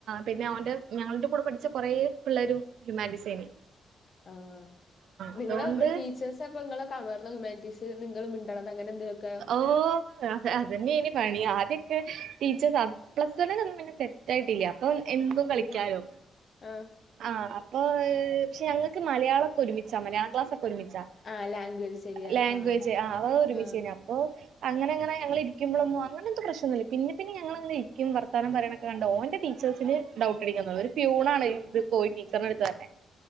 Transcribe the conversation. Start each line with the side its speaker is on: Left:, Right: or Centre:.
Right: പിന്നെ ഓന്റെ ഞങ്ങളുടെ കൂടെ പഠിച്ച കുറെപിള്ളേരും ഹ്യുമാനിറ്റീസാണ്
Left: ആഹ് നിങ്ങളടെ
Right: അതോണ്ട്
Left: ടീ ച്ചേഴ്സ് പ നിങ്ങളെ കാണുമായിരുന്ന ഹ്യൂമാനിറ്റീസ് നിങ്ങൾ മിണ്ടണത് അങ്ങന എന്തൊക്കെ
Right: ഓ അ അതന്നെ ഇനി പണി ആദ്യക്കെ ടീച്ചേഴസ് പ്ലസ്‌വൺ തന്നെ ഇതായിട്ടില്ല അപ്പൊ എന്നും കളിക്കാലോ
Left: ഉം. ആഹ്.
Right: ആഹ് അപ്പ പക്ഷെ ഞങ്ങൾക്ക് മലയാളമൊക്കെ ഒരുമിച്ചാ മലയാള ക്ലാസ്സൊക്കെ ഒരുമിച്ചാ
Left: ആഹ് ലാംഗ്വേജ് ശരിയാ.
Right: ലാംഗ്വേജ്
Left: ആഹ്.
Right: ആ അവ ഒരുമിച്ചാ
Left: ആഹ്.
Right: അപ്പൊ അങ്ങനെങ്ങനെ ഞങ്ങ ഇരിക്കുമ്പോളൊന്നും അങ്ങനെ പ്രശ്നൊന്നല്ല പിന്ന പിന്നെ ഞങ്ങളെ ഇരിക്കും വർത്താനം പറയൊക്കെ കണ്ട് ഓന്റെ ടീച്ചേഴ്സിന് ഡൗട്ട് അടിക്കാൻ ഒരു പിയൂൺ ആണ് ഇത് പോയി ടീച്ചറിനടുത്ത് പറഞ്ഞേ